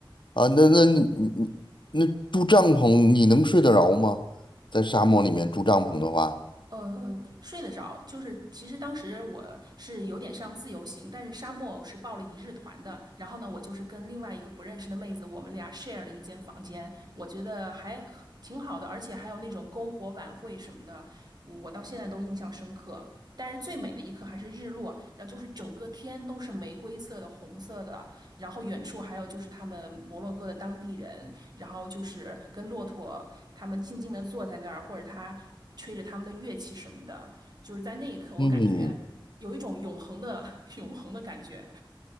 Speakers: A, on the left; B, on the right.
A: 啊，那那你你那住帐篷，你能睡得着吗？在沙漠里面住帐篷的话，
B: 呃，睡得着，就是其实当时我是有点像自由行，但是沙漠是报了一日团的。然后呢，我就是跟另外一个不认识的妹子，我们俩 share 了一间房间，我觉得还挺好的，而且还有那种篝火晚会什么的，我到现在都印象深刻。但是最美的一刻还是日落，然后就是整个天都是玫瑰色的、红色的，然后远处还有就是他们摩洛哥的当地人，然后就是跟骆驼他们静静地坐在那儿，或者他。吹着他们的乐器什么的，就是在那一刻，我感觉有一种永恒的
A: 嗯，
B: <laughs> 永恒的感觉。